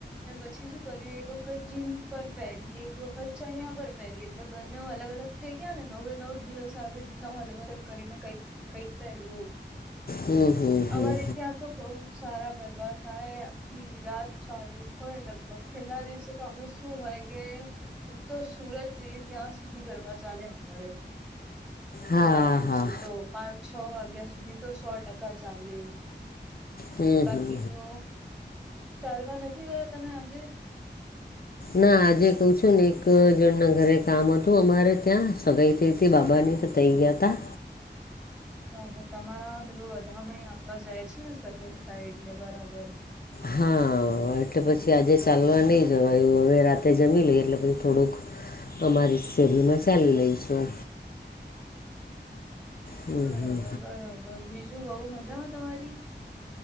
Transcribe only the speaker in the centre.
અને પછી શું કર્યું એક વખત જીન્સ પર પહેરી એક વખત ચણિયા પર પહેરી એટલે બંને અલગ અલગ થઈ ગયા ને નવ નવ દિવસ આવી રીતના અલગ અલગ કરીને કઈક કઈક પહે્યું એવું
અમારે ત્યાં તો બઉ સારા ગરબા થાય આખી રાત ચાલુ હોય લગભગ છેલ્લા દિવસે તો અમે શું હોય કે તો સુરત જઈએ ત્યાં સુધી ગરબા ચાલે અમારે
છેલ્લા દિવસે
તો પાંચ છ વાગ્યા સુધી તો સો ટકા ચાલે એવું છે.
બાકી
તો ચાલવા નથી ગયા તમે આજે
હા તમારા પેલું વધામણી આપવા જાય છે ને સગાઈ થાય એટલે બરાબર.
<inaudible>
બરાબર
બરાબર બીજું બહુ મજામાં તમારી